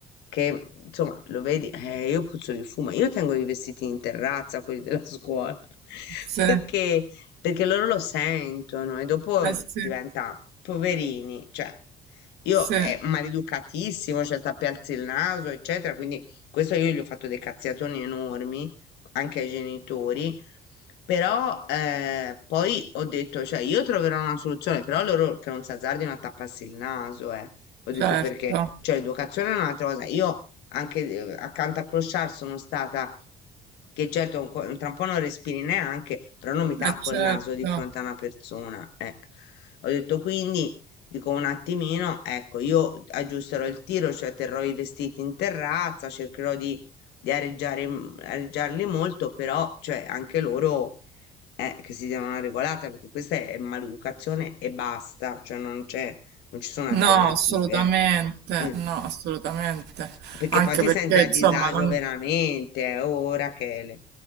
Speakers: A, on the left (about 80°); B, on the right (about 80°).
A: che insomma lo vedi, eh, io puzzo di fumo, io tengo i vestiti in terrazza, quelli della <laughs> scuola, <laughs>
B: sì, eh
A: perché, perché loro lo sentono e dopo
B: sì,
A: diventa poverini, cioè io
B: sì,
A: è maleducatissimo, cioè tappi alzi il naso, eccetera, quindi questo io gli ho fatto dei cazziatoni enormi anche ai genitori però eh, poi ho detto, cioè io troverò una soluzione, però loro che non si azzardino a tapparsi il naso, eh. Ho detto
B: certo,
A: perché, cioè l'educazione è un'altra cosa. Io anche eh, accanto a Clochard sono stata, che certo un, co- tra un po' non respiri neanche, però non mi tappo
B: eh certo.
A: il naso di fronte a una persona. eh. Ho detto quindi, dico un attimino, ecco, io aggiusterò il tiro, cioè terrò i vestiti in terrazza, cercherò di di areggiare, areggiarli molto, però cioè, anche loro eh, che si devono una regolata perché questa è maleducazione e basta, cioè non c'è, non ci sono alternative.
B: No, assolutamente,
A: eh.
B: no,
A: Mm.
B: assolutamente.
A: Perché
B: Anche
A: poi ti
B: perché,
A: senti a
B: insomma,
A: disagio
B: non...
A: veramente, eh, oh Rachele.